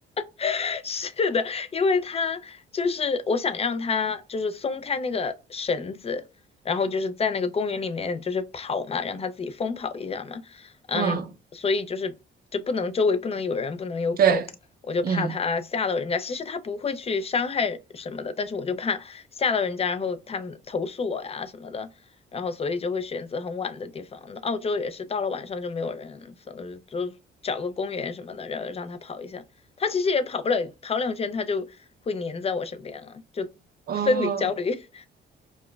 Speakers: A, on the left (about 30°); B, on the right (about 50°).
A: <laughs> 是的，因为他就是我想让他就是松开那个绳子，然后就是在那个公园里面就是跑嘛，让他自己疯跑一下嘛。嗯，
B: 嗯，
A: 所以就是就不能周围不能有人，不能有狗，
B: 对，
A: 我就怕他吓到人家。
B: 嗯，
A: 其实他不会去伤害什么的，但是我就怕吓到人家，然后他们投诉我呀什么的，然后所以就会选择很晚的地方。澳洲也是到了晚上就没有人，所以就找个公园什么的，然后让他跑一下。它其实也跑不了跑两圈，它就会黏在我身边了，就分离焦虑。
B: 哦，
A: <laughs>